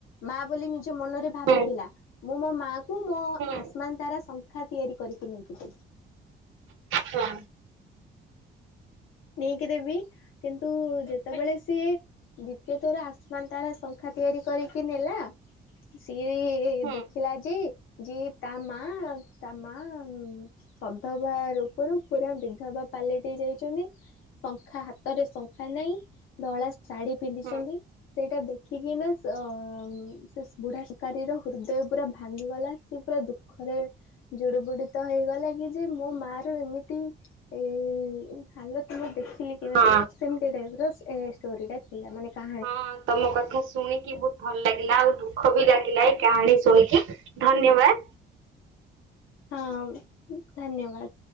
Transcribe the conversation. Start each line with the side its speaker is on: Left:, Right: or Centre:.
Left: ମା ବୋଲି ନିଜ ମନରେ ଭାବିଥିଲା।
Right: ହୁଁ
Left: ମୁଁ ମୋ ମାଆ କୁ ମୋ
Right: ହୁଁ
Left: ଆସମା ତାରା ଶଙ୍ଖା ତିଆରି କରିକି ନେଇକି ଦେବି।
Right: ହଁ।
Left: ନେଇକି ଦେବି। କିନ୍ତୁ ଯେତେବେଳେ ସିଏ ଦ୍ୱିତୀୟ ତୋର ଆସମାନ ତାରା ଶଙ୍ଖା ତିଆରି କରିକି ନେଲା। ସିଏ
Right: ହୁଁ
Left: ଦେଖ ଥିଲା ଯେ ଯେ ତା ମା ତା ମା ଉଁ ସଧବା ରୂପରୁ ପୁରା ବିଧବା ପାଲିଟି ଯାଇଛନ୍ତି ଶଙ୍ଖା ହାତରେ ଶଙ୍ଖା ନାହିଁ ଧଳା ଶାଢୀ ପିନ୍ଧିଛନ୍ତି।
Right: ହୁଁ
Left: ସେଇଟା ଦେଖିକି ନା ଅ ସେ ବୁଢା ସ ଙ୍ଖାରିର ହୃଦୟ ପୁରା ଭାଙ୍ଗିଗଲା ସିଏ ପୁରା ଦଃଖ ଖରେ ଜୁଡ ବୁଡି ତ ହେଇଗଲା କି ଯେ ମୋ ମା ର ଏମିତି ଏ ହାଲତ କି ମୁଁ ଦେଖିଲି କେମତି
Right: ହଁ।
Left: ସେମିତି ଟାଇପ ରଷ୍ଟୋରି ଟା ଥିଲା ମାନେ କା
Right: ହଁ ତମ କଥା ଶୁଣିକି ବୋହୁତ ଭଲ ଲାଗିଲା ଆଉ ଦୁଃଖ ବି ଲାଗିଲା ଏଇ କାହାଣୀ ଶୁଣିକି ଧନ୍ୟବାଦ।
Left: ହଁ ଧନ୍ୟବାଦ।